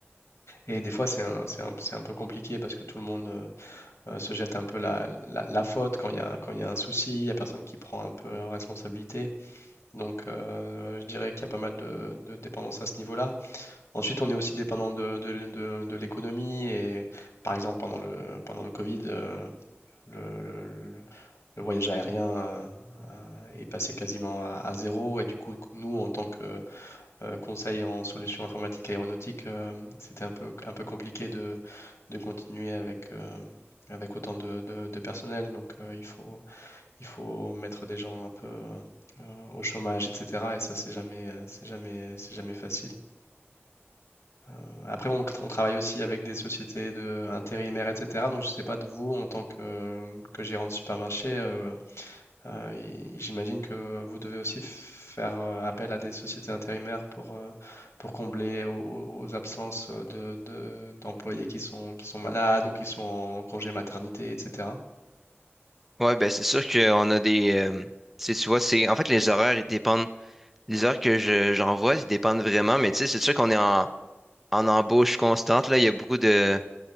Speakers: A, on the left; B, in the centre.
A: Et des fois, c'est un, c'est un, c'est un peu compliqué parce que tout le monde euh, euh, se jette un peu la, la- la faute quand il y a, quand il y a un souci, il n'y a personne qui prend un peu la responsabilité. Donc, euh, je dirais qu'il y a pas mal de, de dépendance à ce niveau-là. Ensuite, on est aussi dépendant de, de- de- de l'économie et par exemple, pendant le, pendant le Covid, euh, le, le- le- le voyage aérien euh, euh, est passé quasiment à, à zéro et du coup, nous, en tant que euh, conseil en solutions informatiques aéronautiques, euh, c'était un peu, un peu compliqué de, de continuer avec, euh, avec autant de, de, de personnel. Donc, euh, il faut, il faut mettre des gens un peu euh, au chômage, etc. Et ça, c'est jamais, euh, c'est jamais, c'est jamais facile. Euh, Après, on, on travaille aussi avec des sociétés de intérimaires, etc. Donc, je ne sais pas de vous, en tant que, que gérant de supermarché, euh, euh, et j'imagine que vous devez aussi faire euh, appel à des sociétés intérimaires pour, euh, pour combler aux, aux- aux absences euh, de, de- d'employés qui sont, qui sont malades ou qui sont en congé maternité, etc.
B: Ouais, ben, c'est sûr qu'on a des, euh, tu sais, tu vois, c'est, en fait, les horaires, ils dépendent, les heures que je, j'envoie, ils dépendent vraiment, mais tu sais, c'est sûr qu'on est en, en embauche constante, là, il y a beaucoup de,